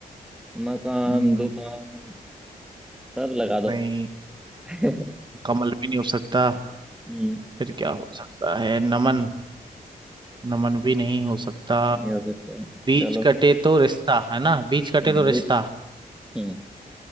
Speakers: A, in the centre; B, on the right (about 30°).
A: मकान
B: हम्म,
A: दुकान सब लगा दो
B: नहीं
A: <laughs>
B: कमल भी नहीं हो सकता
A: हम्म
B: फिर क्या हो सकता है नमन नमन भी नहीं हो सकता
A: नहीं हो सकता
B: बीच
A: चलो
B: कटे तो रिश्ता है ना बीच कटे
A: हम्म,
B: तो
A: देख
B: रिश्ता
A: हम्म